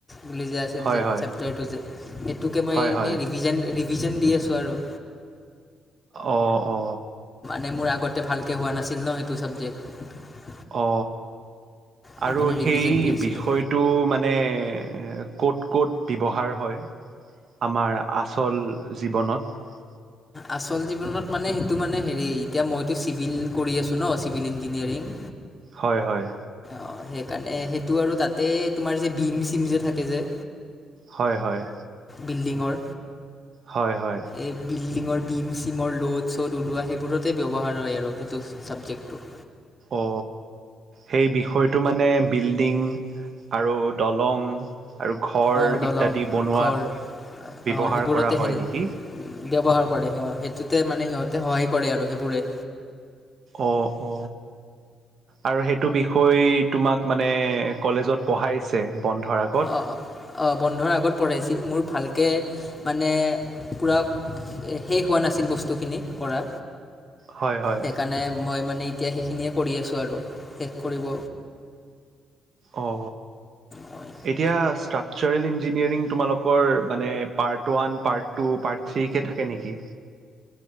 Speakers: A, on the left (about 15°); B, on the right (about 55°).
A: বুলি যে আছিল
B: হয়
A: যে
B: হয়
A: চেপ্টাৰটো যে সেইটোকে মই
B: হয়
A: এনেই
B: হয়
A: ৰিভি ৰিভিজন দি আছোঁ আৰু।
B: অ অ।
A: মানে মোৰ আগতে ভালকৈ হোৱা নাছিল ন সেইটো ছাবজেক্ট
B: অ।
A: সেইকাৰণে
B: আৰু সেই
A: ৰিভিজন দি আছিলোঁ
B: বিষয়টো মানে ক'ত ক'ত ব্যৱহাৰ হয়? আমাৰ আচল জীৱনত
A: আচল জীৱনত মানে সেইটো মানে হেৰি এতিয়া মইতো চিভিল কৰি আছো ন, চিভিল ইঞ্জিনিয়াৰিং।
B: হয় হয়।
A: অ সেইকাৰণে, সেইটো আৰু তাতে তোমাৰ যে বিম চিম যে থাকে যে
B: হয়, হয়।
A: বিল্ডিঙৰ
B: হয় হয়
A: এই বিল্ডিংৰ ভীম চিমৰ ল'ড চ'ড ওলোৱা সেইবোৰতে ব্যৱহাৰ হয় আৰু সেইটো ছাবজেক্টটো
B: অ সেই বিষয়টো মানে বিল্ডিং আৰু দলং আৰু ঘৰ
A: অঁ দলং
B: ইত্যাদি বনোৱাত
A: ঘৰ
B: ব্যৱহাৰ
A: অঁ সেইবোৰতে
B: কৰা হয়
A: হেল
B: নেকি?
A: ব্যৱহাৰ কৰে, সি সেইটোতে মানে সিহঁতে সহায় কৰে আৰু সেইবোৰে
B: অ, অ আৰু সেইটো বিষয় তোমাক মানে কলেজত পঢ়াইছে। বন্ধৰ আগত?
A: অ, অ। বন্ধৰ আগত পঢ়াইছে। মোৰ ভালকে মানে পুৰা শেষ হোৱা নাছিল বস্তুখিনি কৰা।
B: হয় হয়
A: সেইকাৰণে মই মানে এতিয়া সেইখিনিয়ে কৰি আছোঁ আৰু। সেই কৰিব
B: অ,
A: মই।
B: এতিয়া ষ্ট্ৰাকচাৰেল ইঞ্জিনিয়াৰিং তোমালোকৰ মানে part one, part two, part থ্ৰীকে থাকে নেকি?